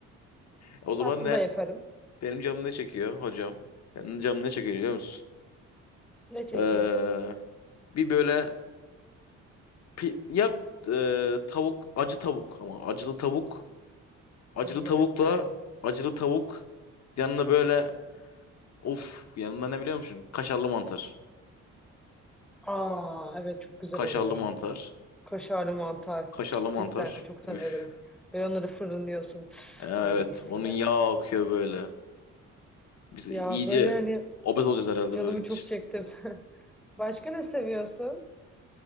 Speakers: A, on the left; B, in the centre.
A: O zaman
B: Tatlı
A: ne?
B: da yaparım.
A: Benim canım ne çekiyor hocam? Benim canım ne çekiyor biliyor musun?
B: Ne çekiyor?
A: Ee, bir böyle pi- ya e, tavuk acı tavuk ama acılı tavuk acılı
B: Ay
A: tavukla
B: evet severim.
A: acılı tavuk yanına böyle Of yanında ne biliyor musun? Kaşarlı mantar.
B: Aa evet çok güzel
A: Kaşarlı
B: oluyor ya.
A: mantar.
B: Kaşarlı mantar.
A: Kaşarlı
B: Cık,
A: mantar.
B: Cidden çok severim.
A: Üf.
B: Böyle onları fırınlıyorsun. Üf,
A: Evet
B: Ay mis
A: onun
B: gibi.
A: yağı akıyor böyle. Biz iyice
B: Ya böyle hani
A: obez olacağız herhalde
B: canımı
A: böyle gidişte.
B: çok çekti. <laughs> Başka ne seviyorsun?